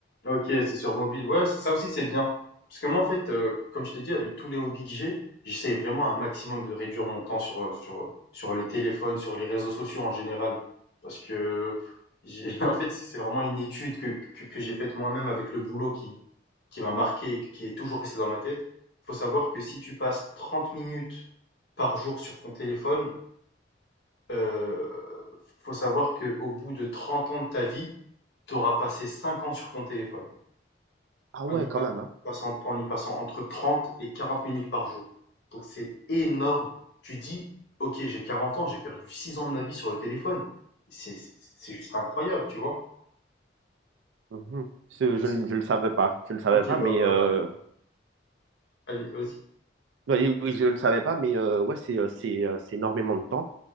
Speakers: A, on the left (about 65°); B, on the right (about 80°).
A: OK, c'est sur mobile. Ouais, ça ça aussi, c'est bien. Parce que moi, en fait, heu, comme je t'ai dit, avec tous les hobbies que j'ai, j'essaye vraiment un maximum de réduire mon temps sur, heu, sur, euh, sur le téléphone, sur les réseaux sociaux en général. Parce que j'ai <laughs> en fait, c'est vraiment une étude que que que j'ai faite moi-même avec le boulot qui qui m'a marqué et qui est toujours resté dans ma tête. Faut savoir que si tu passes 30 minutes par jour sur ton téléphone, heu, faut savoir que au bout de 30 ans de ta vie, tu auras passé 5 ans sur ton téléphone
B: Ah
A: en
B: ouais,
A: y pa-
B: quand même, hein.
A: passant, en y passant entre 30 et 40 minutes par jour. Donc c'est énorme. Tu dis, ok, j'ai 40 ans, j'ai perdu 6 ans de ma vie sur le téléphone. C'est c'est- c'est juste incroyable, tu vois.
B: Mhm. Ce-
A: Donc
B: Je,
A: c'est,
B: ne je le savais pas. Je ne savais
A: ok,
B: pas, mais
A: bah voilà,
B: euh,
A: allez, vas-y.
B: Ouais, Oui, oui, je ne le savais pas, mais euh, ouais, c'est euh, c'est euh, c'est énormément de temps.